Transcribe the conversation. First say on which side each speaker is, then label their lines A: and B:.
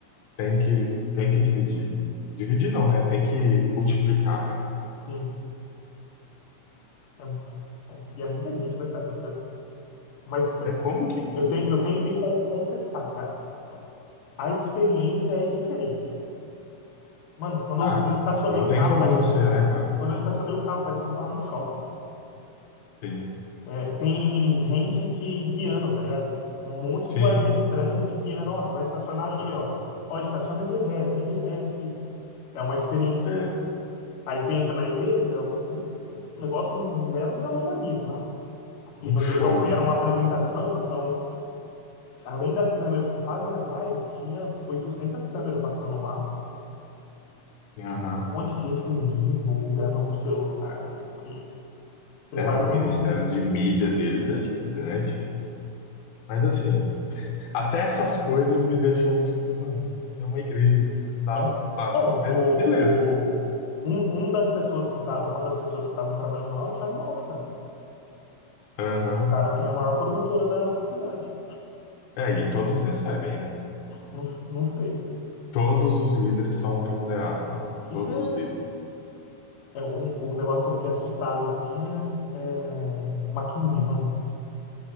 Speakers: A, on the left; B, on the left.
A: tem que, tem que dividir. Dividir não, né? Tem que multiplicar, né?
B: sim. É, é, e é muita gente, né, cara? Mas <laughs>
A: É como que.
B: eu tenho, eu tenho que con- confessar, cara. A experiência é diferente. Mano, quando
A: Ah,
B: eu, eu estacionei
A: não
B: o
A: tem
B: carro,
A: como
B: parecia.
A: não ser, né, cara?
B: Quando eu estacionei o carro, parecia que eu tava num shopping.
A: Sim,
B: É, tem gente te guiando, tá ligado? Um monte
A: sim.
B: de guardinha de trânsito te guiando. Ó, você vai estacionar ali,
A: Ah,
B: ó. Ó, estaciona de ré, vem de ré aqui. É uma experiência.
A: É
B: Aí você entra na igreja, é um, um um negócio megalomaníaco, né? <laughs>
A: um
B: E no
A: show,
B: dia que eu fui era
A: né,
B: uma
A: cara?
B: apresentação, então, além das câmeras que fazem as lives, tinha 800 câmeras passando lá.
A: Aham.
B: Um monte de gente com gimbal, gravando com celular, e preparando
A: É, o Ministério
B: o vídeo.
A: de Mídia deles é gigante. Mas assim, até essas coisas me deixam, tipo assim, mano, é uma igreja, não precisava,
B: É.
A: sabe?
B: Não,
A: Mas
B: o,
A: beleza.
B: Um, um das pessoas que tá, uma das pessoas que estavam trabalhando lá é o Thiago Baldo, cara.
A: Aham.
B: O cara tem a maior produtora da cidade.
A: É, e todos recebem, né?
B: Não, s- não sei.
A: Todos
B: Não-
A: os líderes são remunerados lá.
B: isso
A: Todos
B: é,
A: os líderes.
B: é um, um negócio que eu fiquei assustado, assim, é, é maquininha, mano.